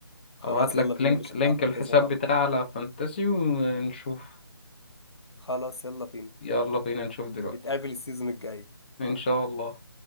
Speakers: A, on the left (about 85°); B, on the left (about 25°).
A: خلاص
B: هبعت لك
A: يلا بينا
B: لينك
A: مش
B: لينك
A: نلعب فانتازي
B: الحساب
A: مع
B: بتاعي
A: بعض
B: على فانتسي ونشوف
A: خلاص يلا بينا
B: يلا بينا نشوف دلوقتي
A: نتقابل السيزون الجاي
B: ان شاء الله